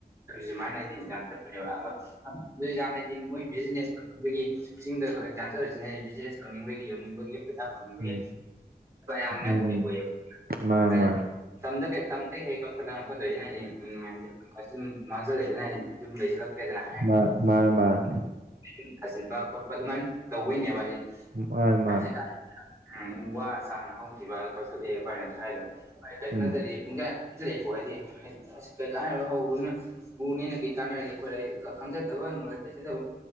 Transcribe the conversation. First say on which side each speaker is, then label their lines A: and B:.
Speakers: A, on the right (about 20°); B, on the right (about 65°).
A: ꯁꯨꯃꯥꯏꯅ ꯍꯥꯏꯗꯤ ꯌꯥꯝ ꯊꯠꯄꯅꯦꯕ ꯌꯥꯝ ꯍꯥꯏꯗꯤ ꯃꯣꯏ ꯕꯤꯅꯦꯁ ꯑꯩꯈꯣꯏꯒꯤ ꯆꯤꯡꯗꯁꯨ ꯍꯦꯛ ꯥꯟꯊꯔꯂꯁꯤꯅ ꯕꯤꯖꯤꯅꯦꯁ ꯇꯧꯅꯤꯡꯕꯒꯤ ꯌꯣꯟꯅꯤꯡꯕꯒꯤ ꯄꯩꯁꯥ ꯐꯪꯅꯤꯡꯕꯒꯤ
B: ꯎꯝ
A: ꯌꯥꯝꯅ
B: ꯎꯝ
A: ꯑꯣꯏ ꯑꯣꯏꯌꯦꯕ
B: ꯃꯥꯅꯦ
A: ꯍꯥꯏ
B: ꯃꯥꯅꯦ
A: ꯇꯝꯗ꯭ꯔꯦ ꯇꯝ꯭ꯔꯦ ꯍꯦꯛꯒꯗꯀꯗꯩꯅꯅꯤ ꯎꯝꯗꯤ ꯀ ꯃꯁ ꯂꯩ ꯍꯥꯏꯗ ꯐ꯭ꯔꯦꯗꯅ ꯍꯥꯏ
B: ꯃꯥꯅꯦ ꯃꯥꯅꯦ ꯃꯥꯅꯦ
A: ꯎ ꯊꯥꯖꯤꯟꯕ ꯈꯣꯠꯄ ꯑꯗꯨꯃꯥꯏꯅ ꯇꯧꯕꯗꯣꯏꯅꯦꯕ ꯍꯥꯏꯗꯤ
B: ꯃꯥꯅꯦ
A: ꯍꯥꯏꯆꯦ
B: ꯃꯥꯅꯦ
A: ꯀ ꯎ ꯋꯥ ꯆꯥꯅ ꯍꯈꯤꯕꯤ ꯋꯥ ꯀ ꯑꯚꯥꯏꯅꯁꯨ ꯍꯥꯏꯗꯚ ꯀꯩꯁꯨ
B: ꯎꯝ
A: ꯅꯠꯇꯗꯤ ꯂꯩꯀꯣ ꯍꯥꯏꯗꯤ ꯍꯥꯏꯗꯤ ꯑꯁ ꯀꯩꯀꯥꯔ ꯍꯧꯔꯨꯅ ꯎꯅꯦꯅꯒꯤ ꯀꯥꯟꯅꯔꯒꯦ ꯑꯩꯈꯣꯏꯗꯤ ꯈꯪꯖꯗꯕ ꯅꯣꯂꯦꯖ ꯂꯩꯖꯗꯕ